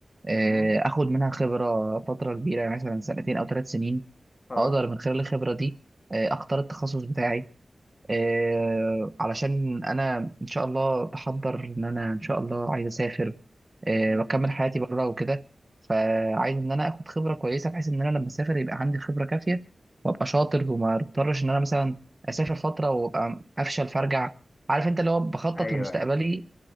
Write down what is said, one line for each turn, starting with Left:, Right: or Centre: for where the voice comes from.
Right: آه،
Left: امم
Right: اخد منها خبره فتره كبيره يعني مثلا سنتين او ثلاث سنين
Left: اه
Right: اقدر من خلال الخبره دي آه، اختار التخصص بتاعي آه، علشان انا ان شاء الله بحضر ان انا ان شاء الله عايز اسافر آه،
Left: مم.
Right: واكمل حياتي بره وكده فعايز ان انا اخد خبره كويسه بحيث ان انا لما اسافر يبقى عندي خبره كافيه وابقى شاطر وما اضطرش ان انا مثلا اسافر فتره وابقى افشل فارجع عارف انت اللي هو بخطط
Left: ايوه
Right: لمستقبلي
Left: ايوه